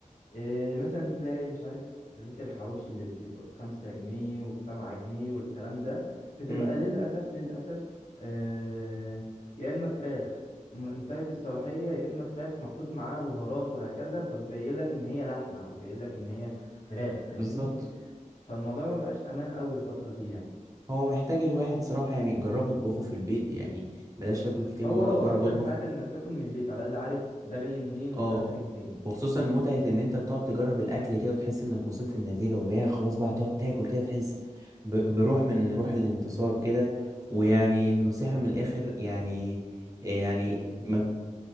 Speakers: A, on the left; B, on the right.
A: إيه مثلا تلاقي مش عارف رغيف الحواوشي اللي بيبقى بخمسة جنيه وبسبعة جنيه والكلام ده بتبقى
B: امم
A: للأسف للأسف آه يا إما فراخ م- انتهت الصلاحية يا إما فراخ محطوط معاها بهارات وهكذا فبيبين لك إن هي لحمة أو بيبين لك إن هي فراخ فاهمني
B: بالظبط
A: فالموضوع ما بقاش أمان أوي الفترة دي يعني
B: هو محتاج الواحد صراحة يعني جربوا اطبخوا في البيت يعني بلاش تاكل كتير
A: هو
B: من بره
A: اه
B: جرب
A: احسن
B: اطبخ
A: حاجة انك تاكل من البيت على الاقل عارف ده جاي منين وده
B: اه
A: خارج فين يعني.
B: وخصوصا متعة ان انت بتقعد تجرب الاكل كده وتحس انك وصلت للنتيجة ويا خلاص بقى تقعد تاكل كده تحس ب- بروح من روح الانتصار كده ويعني نصيحة من الاخر يعني يعني ما